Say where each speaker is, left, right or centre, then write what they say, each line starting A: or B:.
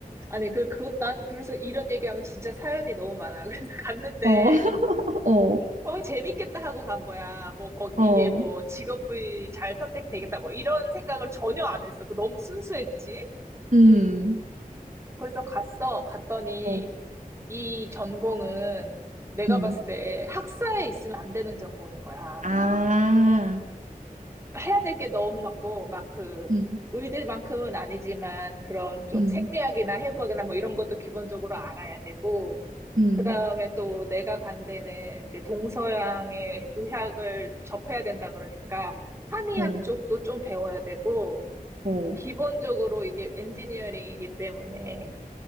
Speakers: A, on the right; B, on the right.
A: 아니, 그, 그것, 난 그래서 이런 얘기하면 진짜 사연이 너무 많아. <laughs> 그래서 갔는데,
B: 어, <laughs>
A: 어, 재밌겠다 하고 간 거야. 뭐, 거,
B: 어,
A: 이게
B: 어,
A: 뭐, 직업이 잘 선택되겠다. 뭐, 이런 생각을 전혀 안 했어. 그 너무 순수했지?
B: 음,
A: 그래서 갔어. 갔더니,
B: 어,
A: 이 전공은 내가
B: 음,
A: 봤을 때 학사에 있으면 안 되는 전공인 거야.
B: 아,
A: 해야 될 게 너무 많고, 막 그,
B: 음,
A: 의대만큼은 아니지만, 그런 좀
B: 음,
A: 생리학이나 해부학이나 뭐 이런 것도 기본적으로 알아야 되고,
B: 음,
A: 그 다음에 또 내가 간 데는 이제 동서양의 의학을 접해야 된다 그러니까 한의학
B: 어,
A: 쪽도 좀 배워야 되고
B: 어,
A: 기본적으로 이게 엔지니어링이기 때문에